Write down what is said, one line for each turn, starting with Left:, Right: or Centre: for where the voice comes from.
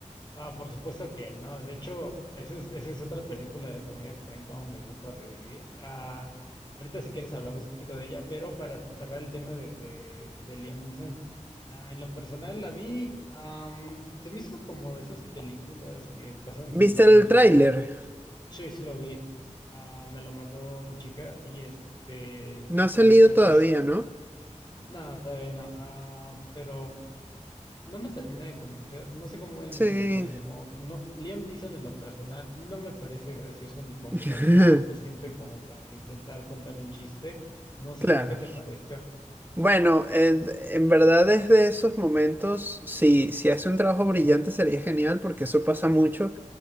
Left: Ah, por supuesto que no. De hecho, esa es, esa es otra película de comedia que también como me gusta revivir. Ah, ahorita si quieres hablamos un poquito de ella, pero para cerrar el tema de, de, de Liam Neeson, ah, en lo personal la vi, am, se me hizo como de esas películas que pasan
Right: ¿Viste
Left: sin pena
Right: el
Left: ni
Right: tráiler?
Left: gloria. Sí, sí lo vi. Ah, me lo mandó mi chica y este,
Right: No
Left: y
Right: ha salido
Left: como que
Right: todavía,
Left: no, s-
Right: ¿no?
Left: no, todavía no. Ah, pero no me termina de convencer, no sé cómo vayan
Right: Sí.
Left: a implementar el humor. No, Liam Neeson en lo personal no me parece gracioso ni con
Right: <laughs>
Left: carisma suficiente como para intentar contar un chiste. No sé
Right: Claro.
Left: a ti qué te parezca.
Right: Bueno, en, en verdad desde esos momentos, si, si hace un trabajo brillante sería genial porque eso pasa mucho.